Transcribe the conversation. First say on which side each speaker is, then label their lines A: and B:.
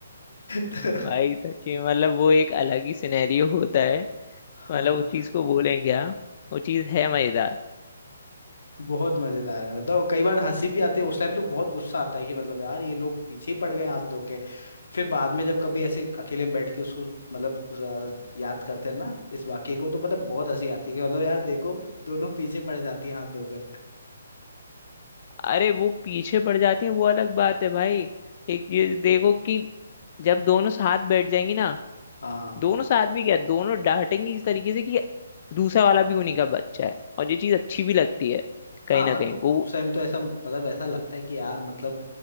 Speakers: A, on the left; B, on the left.
A: तो
B: भाई सच्ची में, मतलब वो एक अलग ही सिनेरियो होता है मतलब
A: हाँ
B: उस चीज को बोले क्या वो चीज है मजेदार
A: बहुत मजेदार है मतलब कई बार हंसी भी आती है उस टाइम तो बहुत गुस्सा आता है कि मतलब यार ये लोग पीछे ही पड़ गए हाथ धो के फिर बाद में जब कभी ऐसे अकेले में बैठ के उसको मतलब ज- याद करते हैं ना इस वाक्य को तो मतलब बहुत हंसी आती है कि मतलब यार देखो दोनों पीछे पड़ जाती है हाथ धोकर
B: अरे वो पीछे पड़ जाती है वो अलग बात है भाई एक चीज देखो कि जब दोनों साथ बैठ जाएंगी ना
A: हाँ
B: दोनों साथ भी क्या दोनों डांटेंगी इस तरीके से कि दूसरा वाला भी उन्हीं का बच्चा है और ये चीज अच्छी भी लगती है कहीं
A: हाँ
B: ना
A: है ना
B: कहीं
A: मतलब
B: वो
A: उस टाइम तो ऐसा मतलब ऐसा लगता है कि यार मतलब